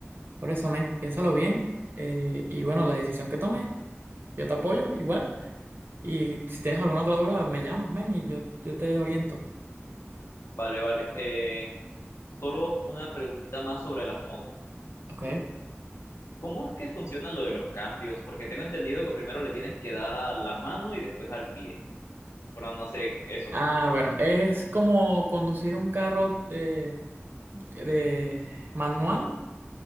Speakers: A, on the right (about 50°); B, on the left (about 85°).
A: Por eso, men, piénsalo bien. eh, y bueno, la decisión que tomes, yo te apoyo igual. Y si tienes alguna otra duda, me llamas, men, y yo, yo te oriento.
B: Vale, vale. Eh, solo una preguntita más sobre las motos.
A: Ok.
B: ¿Cómo es que funciona lo de los cambios? Porque tengo entendido que primero le tienes que dar a la mano y después al pie. Pero no sé eso.
A: Ah, bueno, es como conducir un carro de, de manual,